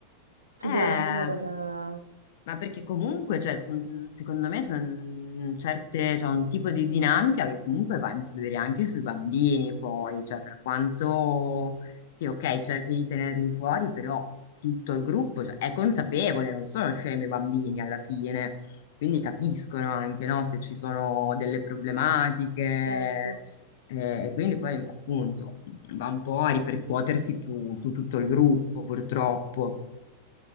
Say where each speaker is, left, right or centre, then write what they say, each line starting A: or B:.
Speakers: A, on the right; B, on the left.
A: fu
B: Eh.
A: veramente una cosa...
B: Ma perché comunque, cioè, son- secondo me, sono certe, cioè, un tipo di dinamica che comunque va a influire anche sui bambini, poi, cioè, per quanto, sì, ok, cerchi di tenerli fuori, però tutto il gruppo, cioè, è consapevole, non sono scemi i bambini alla fine, quindi capiscono anche, no, se ci sono delle problematiche,
A: Certo.
B: eh, e quindi poi, appunto, va un po' a ripercuotersi tu- su tutto il gruppo, purtroppo.